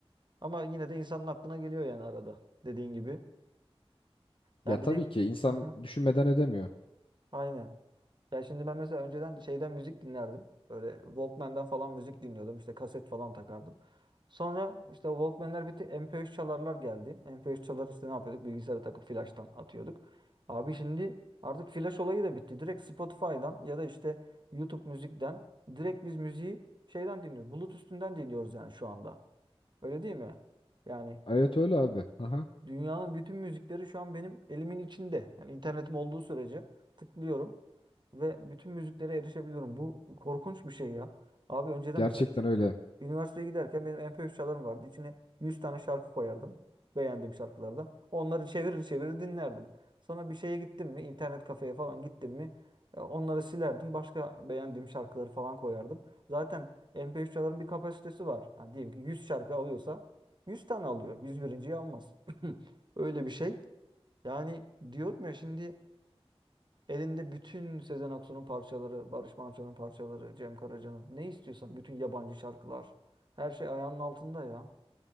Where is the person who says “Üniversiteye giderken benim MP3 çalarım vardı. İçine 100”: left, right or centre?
Right